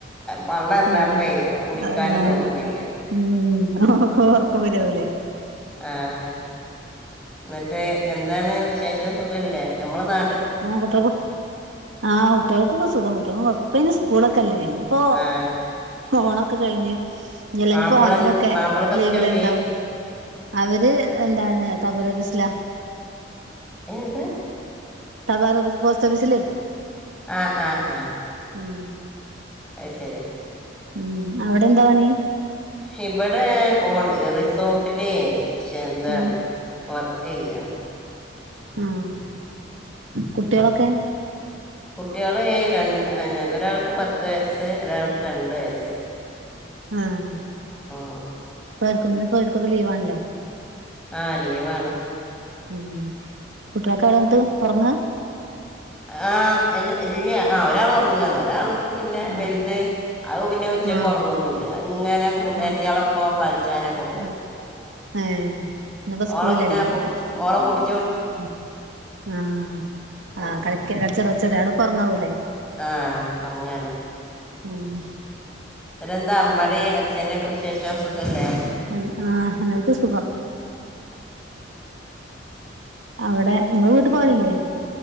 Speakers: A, in the centre; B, on the right.
A: പള്ളറിഞ്ഞപ്പേ
B: ആഹ്
A: കുളിക്കാനും
B: ആഹ് ആഹ്
A: തോന്നണില്ല
B: ഉം ഒ ഒ ഒർക്കം വരാവുലേ
A: ആഹ് ന്ന്ട്ട് എന്താണ് വിശേഷം സുഖല്ലേ നമ്മളെ നാ
B: ആ കുട്ട്യോൾക്ക് ആഹ് കുട്ട്യോൾക്കൊക്കെ സുഖം കുട്ട്യോൾക്കൊന്നും കൊഴ ഇപ്പയ്ന് സ്കൂളൊക്കെല്ലേ. ഇപ്പോ
A: ആ
B: ഓണൊക്കെ കഴിഞ്ഞ് ഇഞ്ഞല്ല
A: മാപ്പിള
B: ഇഞ്ഞ്പ്പൊ ഓണത്തിനൊക്കെ
A: എന്ത് മാപ്പിളക്ക് എന്താ
B: ലീവല്ലേ
A: ജോലി
B: ഇണ്ടാവൊളൂ അവര് എന്താണ് തബൂറ ബിസ്ലാ
A: ഏത്
B: തബാലോഫീസ് പോസ്‌റ്റാഫീസിലേ
A: ആഹ് ആഹ് ആഹ്
B: ഉം
A: അയ് ശരി
B: ഉം അവടെന്താ പണി?
A: ഹിബടെ ഓൺ റിസോർട്ടില് ഹെന്താണ്
B: ആഹ്
A: വർ ക്കെയ്യാണ്
B: ആഹ് കുട്ട്യോളൊക്കെ
A: കുട്ട്യോള് രണ്ട് ഒരാൾക്ക് പത്ത് വയസ്സ് ഒരാൾക്ക് രണ്ട് വയസ്സ്.
B: ആഹ്
A: ഉം
B: ക്ക്ന്ന്പ്പൊ ഓര്ക്കൊക്കെ ലീവാണല്ലോ
A: ആഹ് ലീവാണ്
B: ഉം കുട്ട്യോളെക്കെ എവടെ ഇന്ന്ട്ട് ഒറങ്ങാ
A: ആഹ് ഇൽ ഇല്ല്യ ആ ഒരാൾ ഒറങ്ങാണ് ഒരാള് ക്ക് പിന്നെ
B: ഉം
A: വൽത് അത് പിന്നെ ഉച്ചക്കൊറങ്ങൊന്നുല്ല്യ
B: ആഹ്
A: അത് ഇങ്ങനെ കൂട്ടാര്ത്ത്യോളൊപ്പൊ
B: ആഹ്
A: കളിച്ചാന് നെക്കെ പോവും.
B: ആഹ് ഏഹ് ഇന്നിപ്പോ സ്കൂളില്ലല്ലോ
A: ഓളെ പിന്നെ പുടിച്ച് ഓള പുടി
B: ഉം ആ
A: ഉം.
B: ആ കളിക്കാണ് ചെ ചെറിയ ആള് ഇപ്പം ഉങ്ങാവൂലേ
A: ആ ഉറങ്ങാണ്
B: ഉം
A: പിന്നെ എന്താ അമ്മടെയും അച്ഛന്റെ ഒക്കെ വിശേഷം സുഖല്ലേ
B: ആ അവർക്ക് സുഖം അവിടെ നിങ്ങള് വീട്ട് പോവലില്ലേ